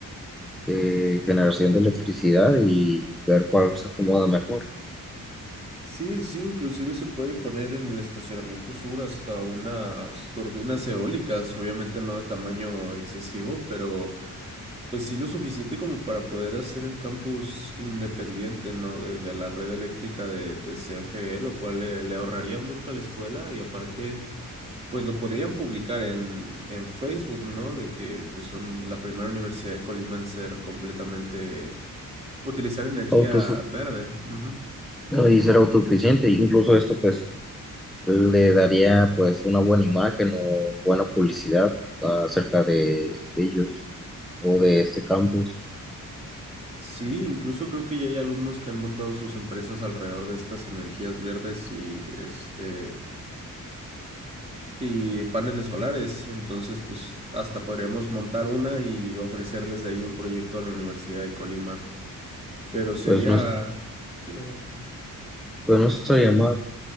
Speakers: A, in the centre; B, on the right.
A: eh, generación de electricidad y ver cuál se acomoda mejor.
B: Sí, sí, sí, inclusive se puede poner en el estacionamiento sur hasta unas turbinas eólicas, obviamente no de tamaño excesivo, pero pues sí lo suficiente como para poder hacer el campus independiente, ¿no? De, de la red eléctrica de, de CFE, lo cual le, le ahorraría mucho a la escuela y aparte, pues lo podrían publicar en, en Facebook, ¿no? De que pues son la primera universidad de Colima en ser completamente, utilizar energía
A: Autosu-
B: verde. Ujú.
A: no, y ser autosuficiente, incluso esto pues le daría pues una buena imagen o buena publicidad acerca de ellos o de este campus,
B: Sí, incluso creo que ya hay alumnos que han montado sus empresas alrededor de estas energías verdes y este y paneles solares. Entonces, pues hasta podríamos montar una y ofrecerles de ahí un proyecto a la Universidad de Colima. Pero sería,
A: pues no, es-
B: dime,
A: pues no estaría mal.